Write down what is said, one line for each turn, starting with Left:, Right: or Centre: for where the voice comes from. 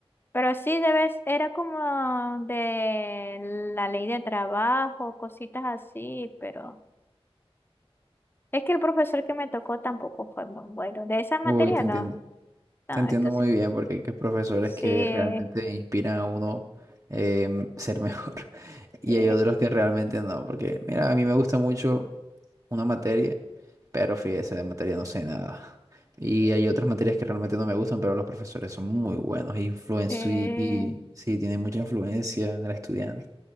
Left: Pero sí debes, era como de la ley de trabajo, cositas así, pero es que el profesor que me tocó tampoco fue muy bueno. De esa materia
Right: Uy, te entiendo.
Left: no. No,
Right: Te entiendo
Left: entonces,
Right: muy bien porque hay que profesores
Left: sí,
Right: que realmente inspiran a uno em, ser mejor <laughs> y
Left: sí,
Right: hay otros que realmente no, porque mira, a mí me gusta mucho una materia, pero fíjese, de materia no sé nada. Y hay otras materias que realmente no me gustan, pero los profesores son muy buenos, influencio
Left: sí,
Right: y, y sí, tienen mucha influencia en el estudiante.